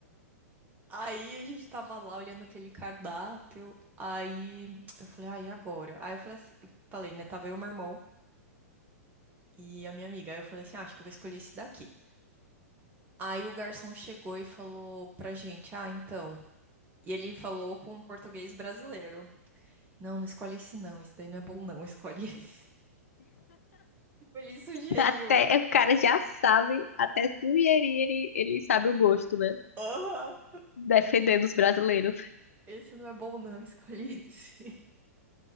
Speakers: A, on the right (about 20°); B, on the left (about 60°).
A: Aí a gente tava lá olhando aquele cardápio. Aí eu falei, ah, e agora? Aí eu falei assim, eu falei, né? Tava eu, meu irmão e a minha amiga. Aí eu falei assim, ah, acho que eu vou escolher esse daqui. Aí o garçom chegou e falou pra gente, ah, então. E ele falou com um português brasileiro. Não, não escolhe esse não. Esse daí não é bom, não. Escolhe esse. <laughs> Tipo, ele sugeriu.
B: Até é, o cara já sabe, até sugerir, ele, ele sabe o gosto, né?
A: <laughs> Aham.
B: Defendendo os brasileiros.
A: Esse não é bom, não, escolhi esse. <laughs>